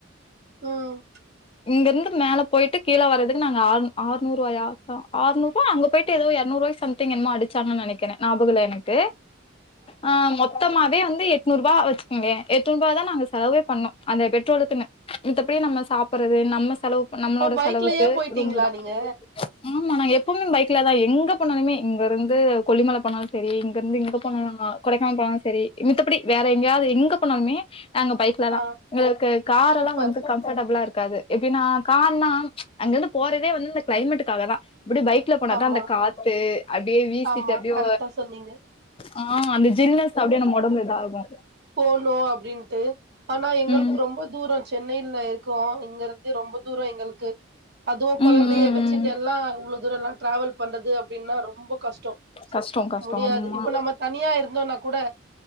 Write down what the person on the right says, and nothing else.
ம்
ஓ பைக்லயே
போயிட்டீங்களா
நீங்க
ஆ
சூப்பர்
ஆமா
ஆமா
கரெக்டா சொன்னீங்க
போனு அப்டின்ட்டு ஆனா எங்களுக்கு
ரொம்ப தூர சென்னையில இருக் கோ இங்க இருந்து ரொம்ப தூர எங்களுக்கு அதுவு கொழந்தைய
வெச்சிட்டு
எல்லா இ்வ்ளோ தூரல்லா டிராவல் பண்றது அப்டின்னா ரொம்ப கஷ்டோ
முடியாது
இப்ப நம்ம தனியா இருந்தோனா கூட